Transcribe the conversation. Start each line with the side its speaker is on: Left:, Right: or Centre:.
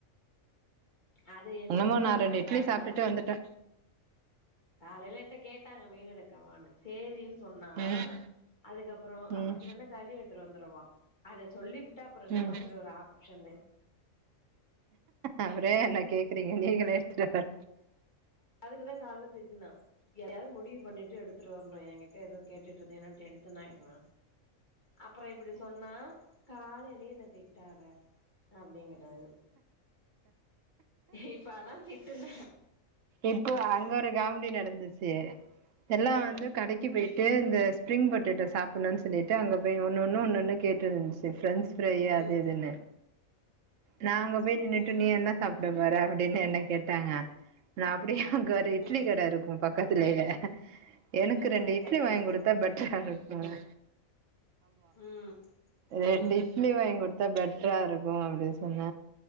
Left: அது ஏன்ட்ட
Right: என்னமோ
Left: கேட்டாங்க
Right: நா ரெண்டு இட்லி
Left: காலையில
Right: சாப்ட்டுட்டு வந்துட்டே
Left: காலையில ஏன்ட்ட கேட்டாங்க மீனு எடுக்கவான்னு சேரின்னு சொன்னா
Right: ம்
Left: அதுக்கப்புறோ
Right: ம்
Left: அப்ப இல்லனா கறி எடுத்துட்டு வந்துரவா அத சொல்லிப்பு ட்ட அப்புறோ என்ன
Right: ம்
Left: மறுபடி ஒரு ஆப்ஷன்னு
Right: அப்புறோ என்ன கேக்குறீங்க நீங்களே எடுத்து வர
Left: இதுக்கு காலையில திட்னே எதையாது முடிவு பண்ணிட்டு எடுத்துட்டு வரணு எங்கிட்ட எதுவு கேட்டுட்ருந்தீனா டென்ஷன் ஆயிடுவ அப்புற இப்டி சொன்னா காலையிலயே என்ன திட்டாத அப்டிங்கிறாரு இப்ப அதா திட்டுன
Right: இப்போ அங்க ஒரு காமெடி நடந்துச்சு எல்லா
Left: ஆ
Right: வந்து கடைக்கு போயிட் டு இந்த ஸ்ப்ரிங் பொட்டட்டோ சாப்புணுன்னு சொல்லிட்டு அங்க போய் ஒன்னொன்னு ஒன்னொன்னு கேட்டுட்டுருந்துச்சு ஃப்ரெண்ட்ஸ் ப்ரை
Left: ம்
Right: அது இதுன்னு நா அங்க போய் நின்னுட்டு
Left: ம்
Right: நீ என்ன சாப்ட போற அப்டின்னு என்ன கேட்டாங்க நா அப்டியே அங்க ஒரு இட்லி
Left: ம்
Right: கட இருக்கு பக்கத்துலயே எனக்கு
Left: ஆ
Right: ரெண்டு இட்லி
Left: கையேந்தி
Right: வாங்கி குடுத்தா
Left: பவன்
Right: பெட்டராருக்குன்ன
Left: ம்
Right: ரெண்டு
Left: ம்
Right: இட்லி வாங்கி குடுத்தா பெட் க்கு அப்டி சொன்ன